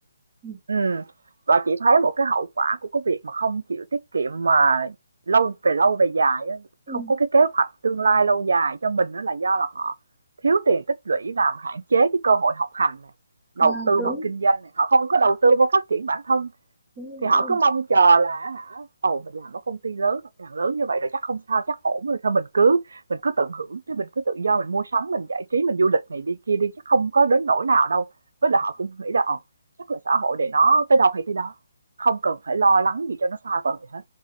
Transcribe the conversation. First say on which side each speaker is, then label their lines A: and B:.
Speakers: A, on the right; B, on the right.
A: ừ.
B: Ừm, và chị thấy một cái hậu quả của cái việc mà không chịu tiết kiệm mà lâu về lâu về dài á,
A: Ừ.
B: không có cái kế hoạch tương lai lâu dài cho mình đó là do là họ thiếu tiền tích lũy làm hạn chế cái cơ hội học hành này đầu
A: À,
B: tư
A: đúng
B: hoặc kinh doanh này, họ không có đầu tư vào phát triển bản thân
A: đúng đúng,
B: thì họ
A: đúng.
B: cứ mong chờ là hả ồ mình làm ở công ty lớn tập đoàn lớn như vậy rồi chắc không sao chắc ổn rồi thôi mình cứ mình cứ tận hưởng chứ mình cứ tự do mình mua sắm mình giải trí mình du lịch này đi kia đi chắc không có đến nỗi nào đâu với là họ cũng nghĩ là ồ chắc là xã hội để nó tới đâu hay tới đó không cần phải lo lắng gì cho nó xa vời hết